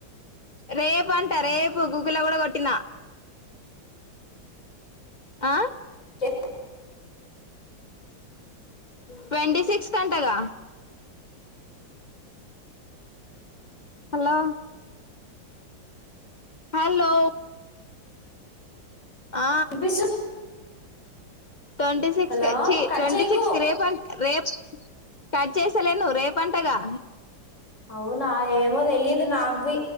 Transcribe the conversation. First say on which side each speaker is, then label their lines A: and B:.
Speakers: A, on the left; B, on the left.
A: రేపంట రేపు. గూగుల్లో కూడ కొట్టిన. ఆ
B: చె
A: ట్వంటీ సిక్స్త్ అంటగా! హల్లో హల్లో ఆ
B: పిలుసు
A: ట్వంటీ సిక్స్
B: హలో
A: కి, చ్చి,
B: కట్
A: ట్వంటీ
B: చేయకు
A: సిక్స్ కి రేపు అన్ రేపు కట్ చేస్తలేను. రేపు పంటగా
B: అవునా ఏమో తెలీదు నాక్వి.